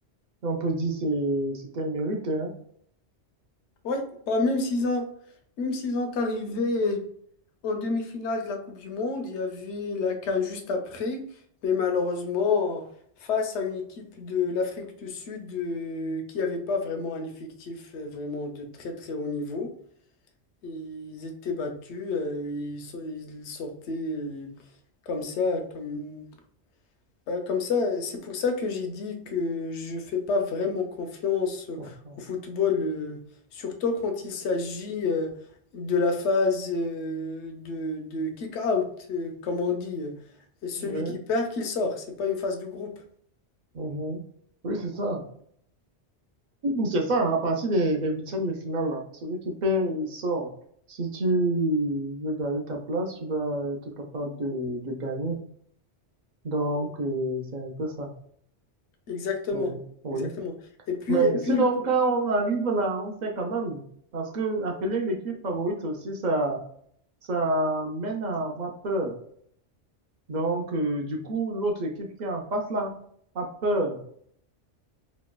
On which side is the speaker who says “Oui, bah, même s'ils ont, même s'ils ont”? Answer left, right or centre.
Left